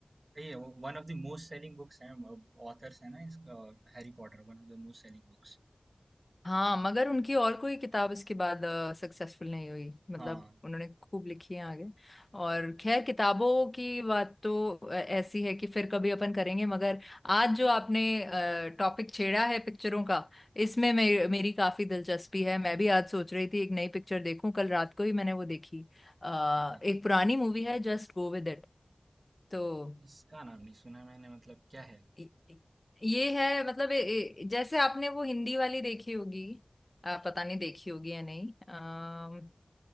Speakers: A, on the right; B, on the left.
A: ये one of the most selling books हैं ऑथर्स है ना इसका Harry Potter one of the most selling books
B: हाँ मगर उनकी और कोई किताब इसके बाद सक्सेसफुल नहीं हुई मतलब
A: हाँ
B: उन्होंने खूब लिखी है आगे और खैर किताबों की बात तो अ, ऐसी है कि फिर कभी अपन करेंगे मगर आज जो आपने टॉपिक छेड़ा है पिक्चरों का इसमें मे, मेरी काफी दिलचस्पी है मैं भी आज सोच रही थी एक नई पिक्चर देखूं कल रात को ही मैंने वो देखी आ,
A: अच्छा
B: एक पुरानी मूवी है जस्ट गो विद इट तो
A: इसका नाम नहीं सुना मैंने मतलब क्या है
B: ये ये है मतलब ए- ए- जैसे आपने वो हिंदी वाली देखी होगी आ, पता नहीं देखी होगी या नहीं अम,